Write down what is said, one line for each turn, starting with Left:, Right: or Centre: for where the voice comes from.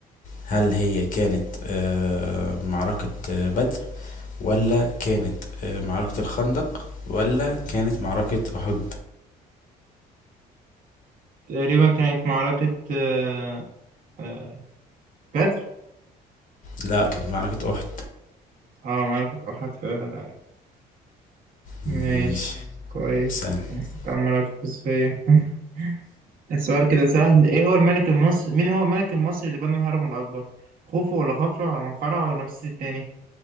Left: هل هي كانت آه، معركة آه، بدر ولا كانت آه، معركة الخندق ولا كانت معركة أحد؟
Right: تقريبا كانت معركة آه، آه، بدر
Left: لا كانت معركة أحد
Right: اه معركة احد فعلا آه. ماشي
Left: ماشي
Right: كويس
Left: سأل <laughs>
Right: انت عمال هتفوز فيا <laughs> السؤال كده سهل ايه هو الملك المصري مين هو الملك المصري اللي بنى الهرم الاكبر خوفو ولا خفرع ولا منقرع ولا رمسيس الثاني